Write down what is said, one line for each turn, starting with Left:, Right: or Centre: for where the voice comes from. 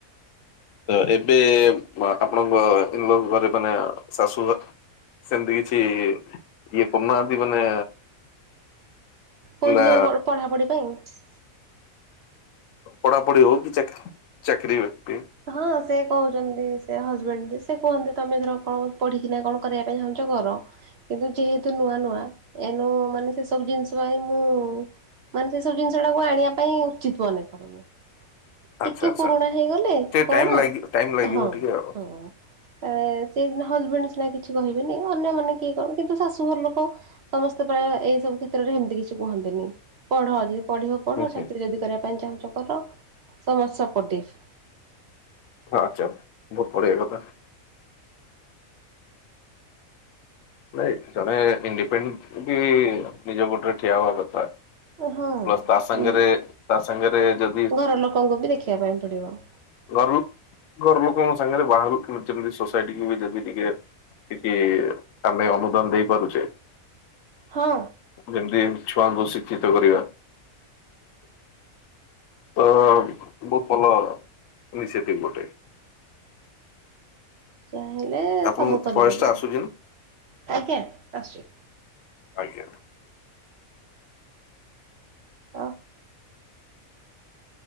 Left: ତ ଏବେ ଆପଣଙ୍କ ଇଲ ଘରେ ମାନେ ଶାଶୁ ଘ ସେମିତି କିଛି ଇଏ କରୁନାହାନ୍ତି ମାନେ
Right: କୋଉଠି
Left: ନା
Right: ଯୋଉ ପଢାପଢି ପାଇଁ।
Left: ପଢାପଢି ହଉ କି ଚାକିରୀ ବାକିରି
Right: ହଁ ସେ କହୁଛନ୍ତି ସେ ହଜବେଣ୍ଡ ସେ କୁହନ୍ତି ତମେ ଧର କଣ ପଢିକିନା କଣ କରିବା ପାଇଁ ଚାହୁଁଛ କର। କିନ୍ତୁ ଯେହେତୁ ନୂଆ ନୂଆ ଏନୁ ମାନେ ସେ ସବୁ ଜିନିଷ ପାଇଁ ମୁଁ ମାନେ ସେ ସବୁ ଜିନିଷ ଟାକୁ ଆଣିବା ପାଇଁ ଉଚିତ ମନେ କରୁନି।
Left: ଆଚ୍ଛା
Right: ଟିକେ
Left: ଆଚ୍ଛା
Right: ପୁରୁଣା ହେଇଗଲେ
Left: ଟିକେ
Right: କଣ
Left: ଟାଇମ ଲାଗି ଟାଇମ ଲାଗିବ
Right: ହଁ
Left: ଟିକେ ଆଉ।
Right: ହଁ। ଅ ସିଏ ସିନା ହଜବେଣ୍ଡ ସିନା କିଛି କହିବେନି ଅନ୍ୟମାନେ କିଏ କଣ କିନ୍ତୁ ଶାଶୁ ଘର ଲୋକ ସମସ୍ତେ ପ୍ରାୟ ଏଇ ସବୁ କ୍ଷେତ୍ରରେ ସେମିତି କିଛି କୁହନ୍ତିନି ପଢ଼ ଯଦି ପଢ଼ିବ। ପଢ଼
Left: ହୁଁ ହୁଁ
Right: ଚାକିରି ଯଦି କରିବା ପାଇଁ ଚାହୁଁଛ କର ସମସ୍ତେ ସପୋଟିବ୍।
Left: ହଁ‌ <unintelligible> ବହୁତ୍ ବଢ଼ିଆ କଥା। ନାଇଁ ଜଣେ ଇଣ୍ଡିପେଣ୍ଡେଣ୍ଟ୍ ବି ନିଜ ଗୋଡ଼ରେ ଠିଆ ହବା କଥା।
Right: ହଁ।
Left: ପ୍ଲସ୍ ତା ସାଙ୍ଗରେ ତା ସାଙ୍ଗରେ ଯ
Right: ଘର ଲୋକଙ୍କୁ ବି ଦେଖିବା ପାଇଁ ପଡ଼ିବ।
Left: ଘର ଘର ଲୋକଙ୍କ ସାଙ୍ଗରେ ବାହାର କୁ ସୋସାଇଟି ବି ଯଦି ଟିକେ କିଛି ଆମେ ଅନୁଦାନ ଦେଇପାରୁଚେ।
Right: ହଁ।
Left: ଯେମିତି ଛୁଆଙ୍କୁ ଶିକ୍ଷିତ କରିବା। ତ ବହୁତ୍ ଭଲ <unintelligible> ଗୋଟେ।
Right: ଚାହିଁଲେ
Left: ଆପଣଙ୍କୁ
Right: ସବୁ କରିପାରିବ
Left: ଭଏସ ଟା ଆସୁଛି ନା?
Right: ଆଜ୍ଞା ଆସୁଚି।
Left: ଆଜ୍ଞା।
Right: ଆ